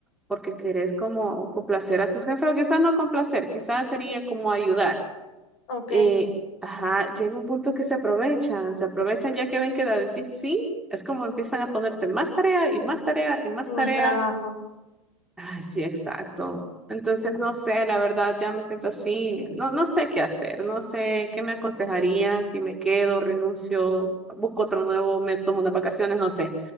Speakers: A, in the centre; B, on the left.
A: porque querés como complacer a tus jefes, o quizás no complacer, quizás sería como ayudar
B: ok,
A: eh, ajá, llega un punto que se aprovechan, se aprovechan ya que ven que da decir sí, es como empiezan a ponerte más tarea y más tarea y más
B: más
A: tarea.
B: trabajo.
A: Ay, sí, exacto. Entonces, no sé, la verdad, ya me siento así. No, no sé qué hacer, no sé qué me aconsejaría, si me quedo, renuncio, busco otro nuevo, me tomo unas vacaciones, no sé.